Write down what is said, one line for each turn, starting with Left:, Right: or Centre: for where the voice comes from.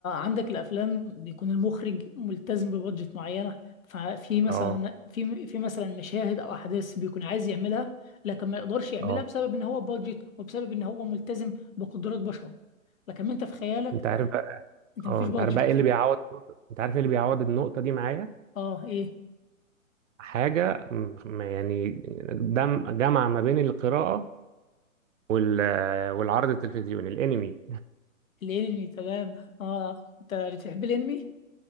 Left: عندك الافلام بيكون المخرج ملتزم ببادجت معينه ففي مثلا
Right: اه
Left: في في مثلا مشاهد او احداث بيكون عايز يعملها لكن ما يقدرش يعملها
Right: اه
Left: بسبب ان هو بادجت وبسبب ان هو ملتزم بقدرات بشر لكن انت في خيالك
Right: انت عارف بقى
Left: انت مفيش
Right: اه انت
Left: بادجت
Right: عارف بقى ايه اللي بيعوض انت عارف ايه اللي بيعوض النقطه دي معايا
Left: اه ايه
Right: حاجة م- يعني دم جمع ما بين القراءة وال والعرض التلفزيوني الانمي
Left: الانمي تمام اه انت بتحب الانمي